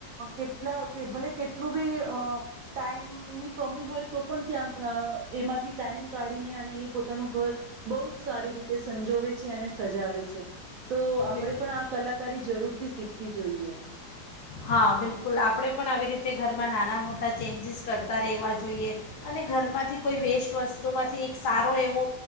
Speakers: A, on the right; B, on the left.
A: કેટલા કે ભલે કેટલું બી અ ટાઈમ ની કમી હોય તો પણ ત્યાં અ એમાંથી ટાઈમ કાઢીને અને એ પોતાનું ઘર બહુ જ સારી રીતે સંજોવે છે અને સજાવે છે તો આપે
B: બિલકુલ
A: પણ આ કલાકારી જરૂરથી શીખવી જોઈએ.
B: હા બિલકુલ આપણે પણ આવી રીતે ઘરમાં નાના મોટા ચેન્જીસ કરતા રહેવા જોઈએ અને ઘરમાંથી કોઈ વેસ્ટ વસ્તુમાંથી સારો એવો